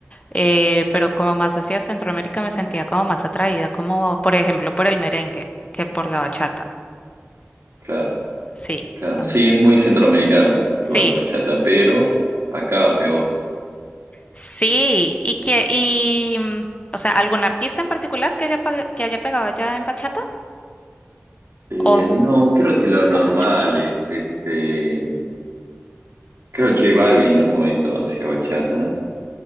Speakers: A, on the left; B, on the right.
A: eh, pero como más hacia Centroamérica me sentía como más atraída, como por ejemplo por el merengue que por la bachata,
B: claro,
A: sí,
B: claro.
A: no,
B: Sí, es muy centroamericano,
A: sí.
B: igual la bachata, pero acá pegó.
A: Sí, y que, y, mm, o sea, ¿algún artista en particular que haya, pa- que haya pegado allá en bachata?
B: Eh,
A: ¿O,
B: no, creo que lo normal
A: o muchos?
B: es, este, creo J Balvin en un momento hacía bachata.